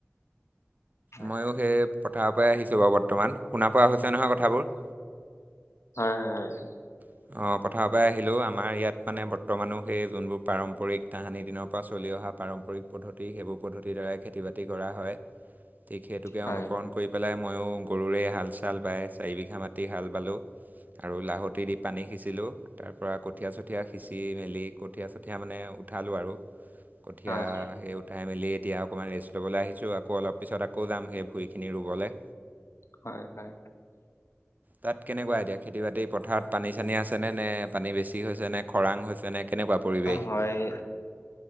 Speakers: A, on the left (about 70°); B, on the right (about 35°).
A: হয়
B: ময়ো সেই পথাৰৰ পৰাই আহিছোঁ বাৰু বৰ্তমান, শুনা পোৱা হৈছে নহয় কথাবোৰ?
A: হয়, হয়, হয়, হয়।
B: অ', পথাৰ আহিলো আমাৰ ইয়াত মানে বৰ্তমানো সেই যোনবোৰ পাৰম্পৰিক তাহানি দিনৰ পৰা চলি অহা পাৰম্পৰিক পদ্ধতি সেইবোৰ পদ্ধতিৰ দ্বাৰাই খেতি বাতি কৰা হয়, ঠিক সেইটোকে
A: হয়
B: অনুকৰণ কৰি পেলাই ময়ো গৰুৰেই হাল-চাল বায় মি হাল বালোঁ আৰু লাহতি পানী সিচিলোঁ। তাৰ পৰাৰা কঠীয়া-চঠীয়া সিঁচি মেলি কঠীয়া-চঠীয়া মানে উঠালোঁ আৰু। কঠীয়া
A: হয় হয়
B: সেই উঠাই মেলি এতিয়া অকণমান ৰেষ্ট ল'বলৈ আহিছোঁ, আকৌ অলপ পিছত আকৌ যাম সেই ভূঁইখিনি ৰুবলৈ।
A: হয়, হয়।
B: তাত কেনেকুৱা এতিয়া খেতি বাতি পথাৰত? পানী চানী আছেনে নে পানী বেছি হৈছে নে খৰাং হৈছেনে কেনেকুৱা? পৰিৱেশ
A: হয়।